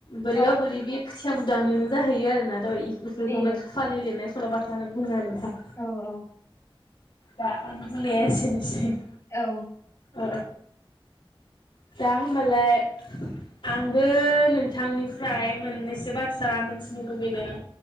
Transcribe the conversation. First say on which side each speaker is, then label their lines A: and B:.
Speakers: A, on the left (about 60°); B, on the left (about 30°).
A: बोरैबा
B: ओं
A: बोरैबि खोथिया बुदां दोङो जाहैयो आरोना दहै बिफोरखौनो
B: ए
A: खाफानि लिरनाय सलबाथा होन बुङो आरो <inaudible>
B: औ औ
A: दा आंनि बुंनाया एसेनोसै
B: औ
A: औ दा होबालाय आंबो नोंथांनिफ्राय मोननैसो बाथ्रा मिथिनो लुबैदों